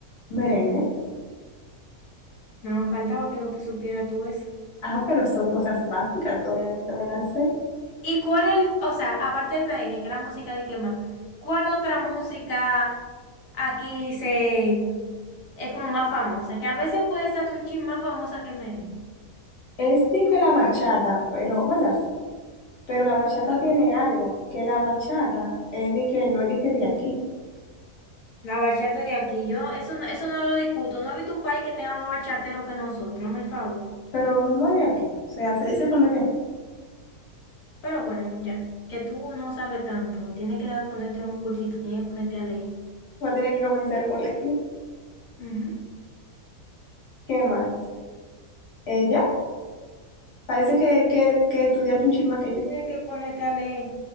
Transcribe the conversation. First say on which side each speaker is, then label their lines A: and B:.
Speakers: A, on the left; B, on the left.
A: Merengue.
B: Nada más faltaba que no te supiera tú eso.
A: Ah, pero son cosas básicas, obviamente me las sé.
B: ¿Y cuál el, o sea, aparte del merengue, que es la música de que más, cuál otra música aquí se es como más famosa? Que a veces puede ser hasta un chin más famosa que el merengue.
A: Es de que la bachata, pero, ¿verdad? Pero la bachata tiene algo, que la bachata es de que no es de que de aquí,
B: La bachata de aquí, yo. Yo eso, no- eso no lo discuto. No he visto un país que tenga más bachatero que nosotros, hazme el favor.
A: pero no es de aquí. O sea, se dice que no es de aquí.
B: Pero bueno, ya, que tú no sabes tanto, tienes que dar- ponerte un cursito, tienes que ponerte a leer.
A: Va a tener que comenzar el colegio.
B: Ujú.
A: ¿Qué más? Eh, ya, parece que, que, que estudiaste un chisme que yo.
B: Tienes que ponerte a leer.